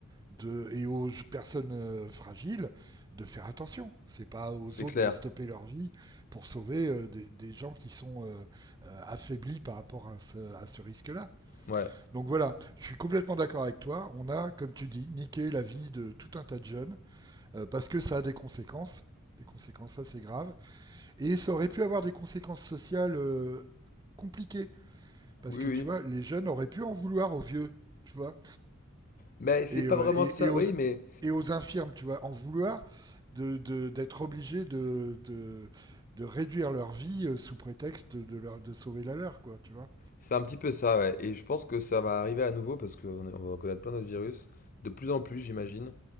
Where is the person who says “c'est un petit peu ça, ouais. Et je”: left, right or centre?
Left